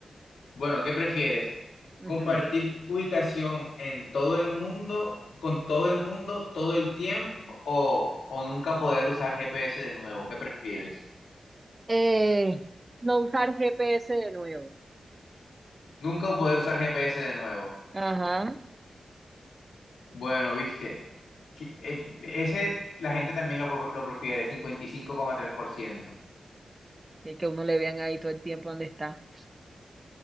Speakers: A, on the left; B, on the right.
A: Bueno, ¿qué prefieres?
B: Ujú.
A: ¿Compartir ubicación en todo el mundo, con todo el mundo, todo el tiempo, o, o nunca poder usar GPS de nuevo? ¿Qué prefieres?
B: Eh, no usar GPS de nuevo.
A: Nunca poder usar GPS de nuevo.
B: Ajá.
A: Bueno, viste, que- el- ese la gente también lo, lo prefiere, Cincuenta y cinco coma tres por ciento.
B: Y que uno le vean ahí todo el tiempo dónde está.